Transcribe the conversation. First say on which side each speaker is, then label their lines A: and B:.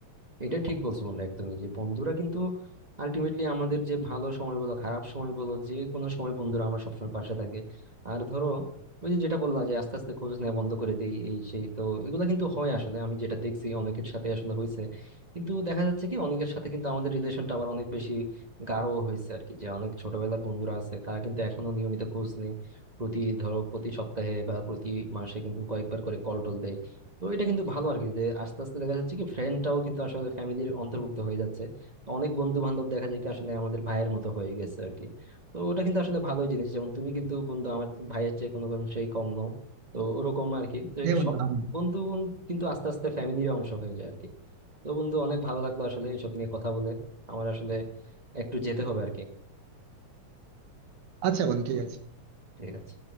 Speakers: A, on the right; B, on the right.
A: এটা ঠিক বলছো বন্ধু একদমই যে বন্ধুরা কিন্তু আলটিমেটলি আমাদের যে ভালো সময় বলো খারাপ সময় বলো যে কোনো সময় বন্ধুরা আমার সবসময় পাশে থাকে আর ধরো ওই যে যেটা বললা যে আস্তে আস্তে খোঁজ নেওয়া বন্ধ করে দিই এই সেই তো এগুলো কিন্তু হয় আসলে আমি যেটা দেখছি অনেকের সাথে আসলে হয়েছে কিন্তু দেখা যাচ্ছে কি অনেকের সাথে কিন্তু আমাদের রিলেশনটা আবার অনেক বেশি গাঢ় হয়েছে আর কি যে অনেক ছোটবেলার বন্ধুরা আছে তারা কিন্তু এখনো নিয়মিত খোঁজ নেই প্রতি ধরো প্রতি সপ্তাহে বা প্রতি মাসে কিন্তু কয়েকবার করে কল টল দেয় তো এটা কিন্তু ভালো আর কি যে আস্তে আস্তে দেখা যাচ্ছে কি ফ্রেন্ডটাও কিন্তু আসলে ফ্যামিলির অন্তর্ভুক্ত হয়ে যাচ্ছে তো অনেক বন্ধু বান্ধব দেখা যায় কি আসলে আমাদের ভাইয়ের মতো হয়ে গেছে আর কি তো ওটা কিন্তু আসলে ভালোই জিনিস যেমন তুমি কিন্তু বন্ধু আমার ভাইয়ের চেয়ে কোনো অংশেই কম নও তো ওরকম আর কি তো
B: হ্যাঁ বন্ধু
A: সব
B: আমি-
A: বন্ধু কিন্তু আস্তে আস্তে ফ্যামিলির অংশ হয়ে যায় আর কি তো বন্ধু অনেক ভালো লাগলো আসলে এসব নিয়ে কথা বলে আমার আসলে একটু যেতে হবে আর কি
B: আচ্ছা বন্ধু ঠিক আছে
A: ঠিক আছে